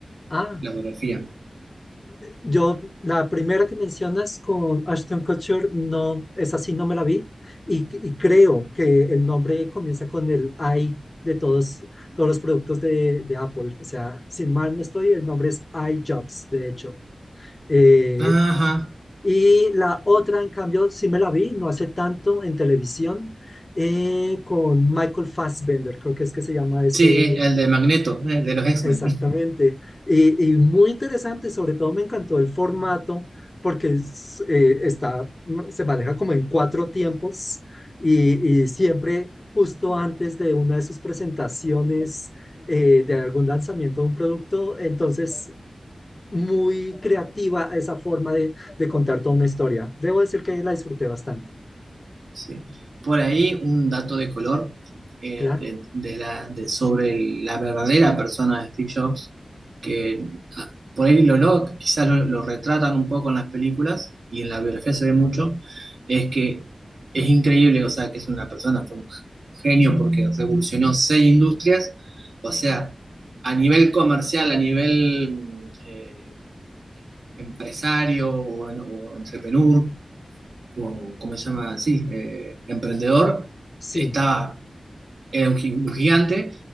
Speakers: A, on the left; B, on the right.
A: ah.
B: la biografía.
A: Yo, la primera que mencionas con Ashton Kutcher, no, es así, no me la vi. Y, y creo que el nombre comienza con el I de todos, todos los productos de, de Apple. O sea, sin mal no estoy, el nombre es iJobs, de hecho. Eh,
B: Ajá,
A: y la otra, en cambio, sí me la vi, no hace tanto, en televisión, eh, con Michael Fassbender, creo que es que se llama ese,
B: sí, el de Magneto, el de los X-Men.
A: Exactamente. Y, y muy interesante, sobre todo me encantó el formato porque es, eh, está, mm, se maneja como en cuatro tiempos y, y siempre justo antes de una de sus presentaciones eh, de algún lanzamiento de un producto, entonces muy creativa esa forma de, de contar toda una historia. Debo decir que la disfruté bastante.
B: Sí. Por ahí un dato de color eh,
A: Claro,
B: de, de la, de- sobre el- la verdadera persona de Steve Jobs, que ah, por ahí lo, lo- quizás lo, lo retratan un poco en las películas y en la biografía se ve mucho, es que es increíble, o sea, que es una persona, fue un genio porque revolucionó seis industrias, o sea, a nivel comercial, a nivel mm, eh, empresario o, en- o entrepreneur, o ¿cómo se llama? Sí, eh, emprendedor,
A: sí,
B: estaba, era un, gi- un gigante,